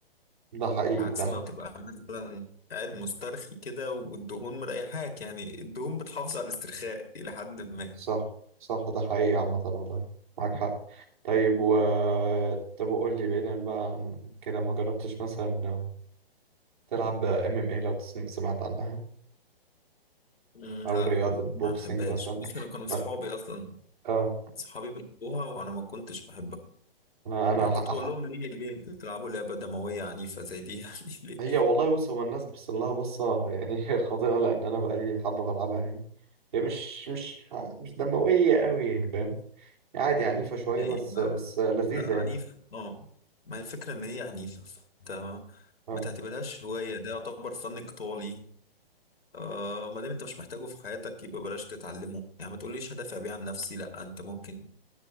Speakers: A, on the right (about 50°); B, on the left (about 70°).
A: ده حقيقي
B: بعكس
A: ده
B: ما بتبقى مثلا قاعد مسترخي كده والدهون مريحاك يعني الدهون بتحافظ على الاسترخاء إلى حد ما
A: صح صح ده حقيقي عامة والله معاك حق طيب و طب وقول لي بعيدا بقى عن كده ما جربتش مثلا تلعب ام ام اي لو تسم- سمعت عنها
B: مم،
A: او
B: لا
A: رياضة بوكسنج
B: ما أحبهاش
A: مثلا
B: بس أنا كانوا صحابي
A: ما-
B: أصلا
A: اه
B: صحابي بيحبوها وأنا ما كنتش بحبها
A: انا انا
B: يعني
A: ح-
B: كنت بقول
A: ح-
B: لهم ليه ليه بتلعبوا لعبة دموية عنيفة زي دي <laughs> يعني ليه
A: هي والله بص هو الناس بص لها بصة يعني <laughs> خاطئة لان انا بقالي حبة بلعبها يعني هي مش مش مش دموية قوي يعني فاهم عادي عنيفة شوية
B: ايه
A: بس
B: ما
A: بس لذيذة
B: لا عنيف
A: يعني
B: اه ما هي الفكرة ان هي عنيفة فانت
A: اه
B: ما تعتبرهاش هواية ده يعتبر فن قتالي آه ما دام انت مش محتاجه في حياتك يبقى بلاش تتعلمه يعني ما تقوليش هدافع بيه عن نفسي لا انت ممكن